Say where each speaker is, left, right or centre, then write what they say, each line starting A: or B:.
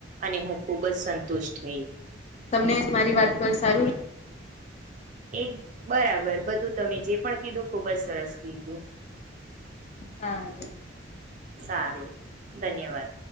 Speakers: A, on the right; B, on the left.
A: અને હું ખુબ જ સંતુષ્ટ થઈ,
B: તમને મારી વાત પર સારું
A: એક બરાબર બધું તમે જે પણ કીધું ખુબ જ સરસ કીધું.
B: હા
A: સારું ધન્યવાદ